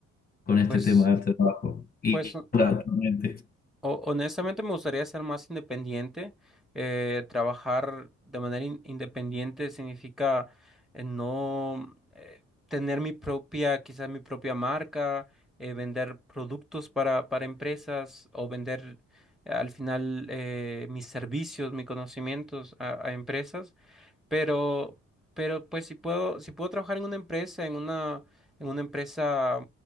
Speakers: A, on the left; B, in the centre.
A: con este
B: pues,
A: tema del trabajo? Y
B: pues o-
A: ahora, actualmente.
B: honestamente me gustaría ser más independiente. Eh, trabajar de manera in- independiente significa eh, no eh, tener mi propia, quizás mi propia marca, eh, vender productos para, para empresas o vender eh, al final eh, mis servicios, mis conocimientos a a empresas. Pero, pero pues si puedo, si puedo trabajar en una empresa, en una, en una empresa